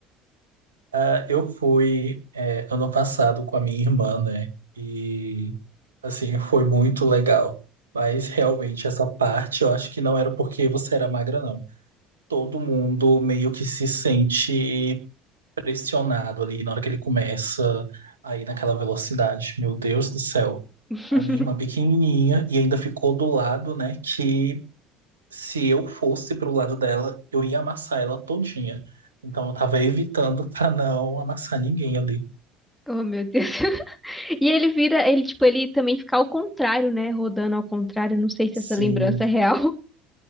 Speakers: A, on the right (about 80°); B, in the centre.
A: Ah, eu fui, é, ano passado com a minha irmã, né? E, assim, foi muito legal. Mas, realmente, essa parte eu acho que não era porque você era magra, não. Todo mundo meio que se sente pressionado ali na hora que ele começa aí naquela velocidade. Meu Deus do céu.
B: <laughs>
A: A minha irmã pequenininha e ainda ficou do lado, né, que se eu fosse pro lado dela, eu ia amassar ela todinha. Então eu tava evitando pra não amassar ninguém ali.
B: Oh, meu Deus. <laughs> E ele vira, ele, tipo, ele também fica ao contrário, né? Rodando ao contrário. Não sei se essa
A: Sim,
B: lembrança é real.